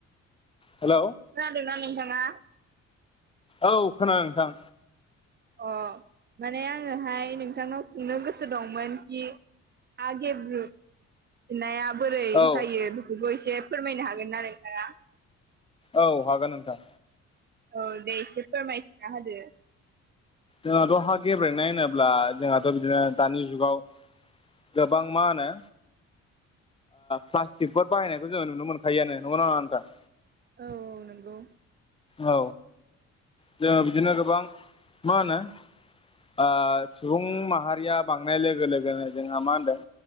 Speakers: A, on the left; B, on the right.
A: हेल'
B: खोनादों ना नोंथाङा
A: औ खोनादों नोंथां
B: अ माने आङोहाय नोंथांनाव सोंनो गोसो दंमोन कि आ गेब्रु नाया बोरै
A: औ
B: जायो बेखौबो एसे फोरमायनो हागोन ना नोंथाङा
A: औ हागोन नोंथां
B: औ दे एसे फोरमायथिना होदो
A: जोंहाथ' हा गेब्रेनाय होनोब्ला जोंहाथ' बिदिनो दानि जुगाव गोबां मा होनो प्लास्टिकफोर बाहायनायखौ जोङो नुनो मोनखायोआनो नंगौना नङा नोंथां
B: औ औ नंगौ
A: औ जोङो बिदिनो गोबां मा होनो ओ सुबुं माहारिया बांनाय लोगो लोगोनो जोंहा मा होनदों